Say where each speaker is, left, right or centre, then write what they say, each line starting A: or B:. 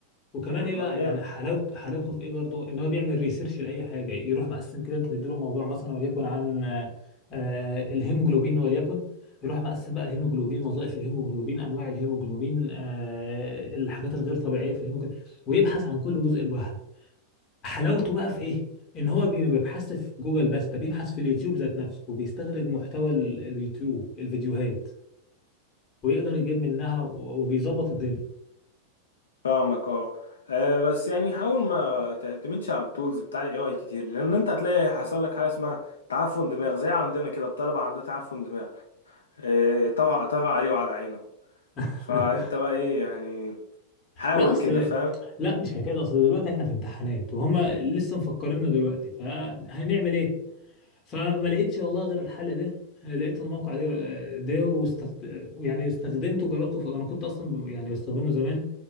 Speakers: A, on the left; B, on the left.
A: وكمان
B: والله
A: ايه بقى
B: جامد
A: يعني حلاوته حلاوته في ايه برضو ان هو بيعمل ريسيرش لاي حاجه يروح مقسم كده انت تديله موضوع مثلا وليكن عن آه، آه، الهيموجلوبين وليكن يروح مقسم بقى الهيموجلوبين وظائف الهيموجلوبين انواع الهيموجلوبين آه، الحاجات الغير طبيعيه في الهيموجلوبين ويبحث عن كل جزء لوحده حلاوته بقى في ايه ان هو بي- ما بيبحثش في جوجل بس ده بيبحث في اليوتيوب ذات نفسه وبيستخرج محتوى ال- اليوتيوب الفيديوهات ويقدر يجيب منها و- وبيظبط الدنيا
B: فاهمك اه آه، بس يعني حاول ما تعتمدش على التولز بتاع الاي اي كتير لان انت هتلاقي حصل لك حاجه اسمها تعفن دماغ زي عندنا كده الطلبه عندها تعفن دماغ آه، طغى طغى عليه وعلى عينه
A: <laughs>
B: فانت بقى ايه يعني حاول
A: لا اصل
B: كده فاهم
A: لا مش حكايه اصل دلوقتي احنا في امتحانات وهم لسه مفكريننا دلوقتي فهنعمل ايه فما لقيتش والله غير الحل ده لقيت الموقع ده ده واستخد... يعني استخدمته جربته ف... انا كنت اصلا يعني بستخدمه زمان